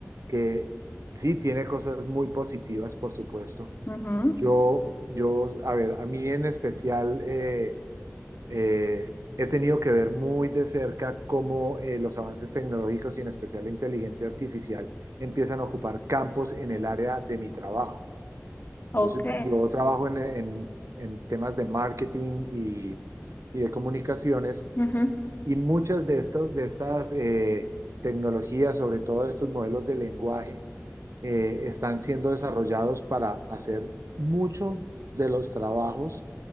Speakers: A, on the right; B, on the left.
A: que sí tiene cosas muy positivas, por supuesto.
B: Ujú,
A: Yo, yo, a ver, a mí en especial... eh, Eh, he tenido que ver muy de cerca cómo eh, los avances tecnológicos y en especial la inteligencia artificial empiezan a ocupar campos en el área de mi trabajo.
B: Ok,
A: Yo soy- yo trabajo en, en- en temas de marketing y, y de comunicaciones
B: ujú,
A: y muchas de estos, de estas eh, tecnologías, sobre todo estos modelos de lenguaje, eh, están siendo desarrollados para hacer mucho de los trabajos